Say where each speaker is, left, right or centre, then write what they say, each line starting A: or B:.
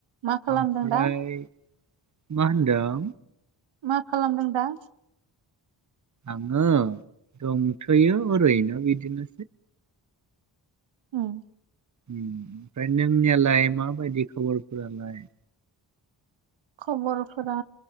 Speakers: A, on the right; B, on the right.
A: मा खालामदों
B: ओमफ्राय
A: दा?
B: मा होन्दोंं?
A: मा खालामदों दा?
B: आङो दंथो यो ओरैनो बिदिनो।
A: होम
B: ओमफ्राय नोंनियालाय माबायदि खबरफोरालाय?
A: खबरफोरा